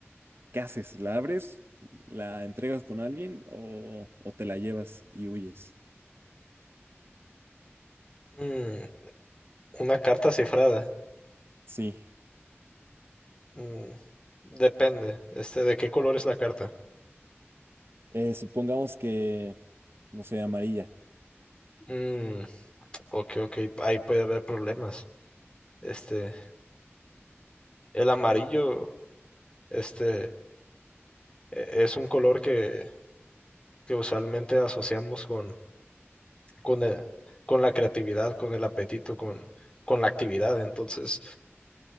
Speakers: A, on the right; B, on the left.
A: ¿Qué haces? ¿La abres? ¿La entregas con alguien o, o te la llevas y huyes?
B: Mm, una carta cifrada.
A: Sí.
B: Mm, depende. Este, ¿de qué color es la carta?
A: Eh, supongamos que, no sé, amarilla.
B: Mm, ok, ok. Ahí puede haber problemas. Este, el amarillo, este, e- es un color que, que usualmente asociamos con, con, el- con la creatividad, con el apetito, con, con la actividad. Entonces,